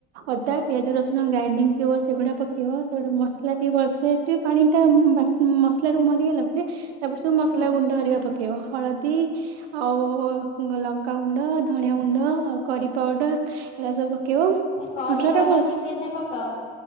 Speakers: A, on the right (about 70°); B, on the left (about 75°).
A: ଅଦା, ପିଆଜ, ରସୁଣ ଗ୍ରାଇଣ୍ଡିଙ୍ଗ୍ ଥିବ ସେଗୁଡା଼ ପକେଇବ ସେଗୁଡା଼ ମସଲା ଟିକେ ଭଲସେ ସେ ପାଣି ଟା ବା ମସଲା ରୁ ମରିଗଲା ପରେ ତାପରେ ସବୁ ମସଲା
B: ହୁଁ
A: ଗୁଣ୍ଡ ହେରିକା ପ ପକେଇବ ହଳଦୀ ଆଉ ଲଙ୍କାଗୁଣ୍ଡ, ଧଣିଆ ଗୁଣ୍ଡ ଆଉ କରୀ ପାଉଡ଼ର। ଏରା ସବୁ ପକେଇବ
B: କରି
A: ମସଲା
B: ପାଉଡର
A: ଟା ଭଲ
B: ଚିକେନ
A: ‌ସେ
B: ରେ ପକାଅ।